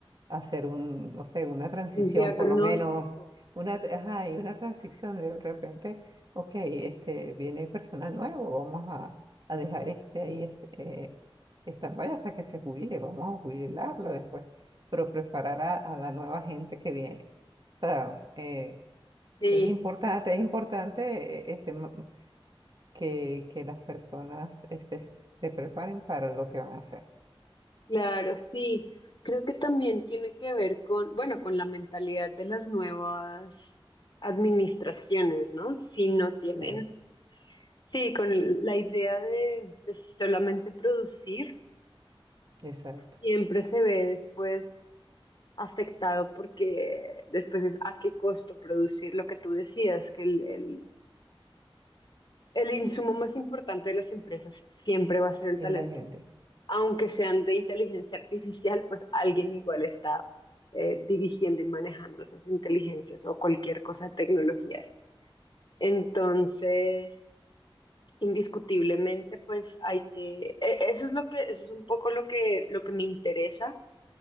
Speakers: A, on the right; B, on the left.
A: hacer un, no sé, una transición,
B: un diagnóstico.
A: por lo menos, una, tra- ajá, y una transición de repente, ok, este, viene personal nuevo, vamos a, a dejar este ahí, este, eh, stand-by hasta que se jubile, vamos a jubilarlo después, pero preparar a, a la nueva gente que viene. O sea, eh, es
B: Sí,
A: importante, es importante, eh, este, m- que, que las personas, este, se preparen para lo que van a hacer.
B: claro, sí. Creo que también tiene que ver con, bueno, con la mentalidad de las nuevas administraciones, ¿no? Si no tienen,
A: Claro,
B: sí, con la idea de, de solamente producir
A: exacto,
B: siempre se ve después afectado porque después es a qué costo producir lo que tú decías, que el, el, el insumo más importante de las empresas siempre va a ser el
A: es
B: talento.
A: la gente,
B: humano. Aunque sean de inteligencia artificial, pues alguien igual está eh, dirigiendo y manejando esas inteligencias o cualquier cosa de tecnología. Entonces, indiscutiblemente, pues hay que, e- eso es lo que, eso es un poco lo que, lo que me interesa